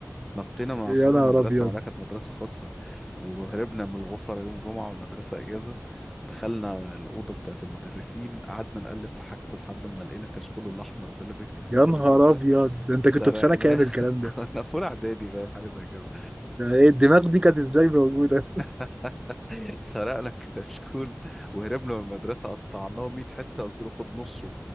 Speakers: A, in the centre; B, on the right (about 20°).
A: نطينا من عصور
B: يا نهار
A: المدرسة
B: أبيض
A: ولا كانت مدرسة خاصة وهربنا من الغفر يوم جمعة والمدرسة إجازة دخلنا الأوضة بتاعت المدرسين قعدنا نقلب في حاجته لحد ما لقينا الكشكول الأحمر ده اللي بيكتب فيه
B: يا
A: الدرجات
B: نهار
A: ده
B: أبيض ده أنت
A: سرقناه
B: كنت في سنة كامل
A: <laughs>
B: الكلام ده
A: كنا في أولى إعدادي باين حاجة زي كده
B: ده إيه الدماغ دي كانت إزاي موجودة
A: <laughs> سرقنا كشكول وهربنا من المدرسة قطعناه 100 حتة قلت له خد نصه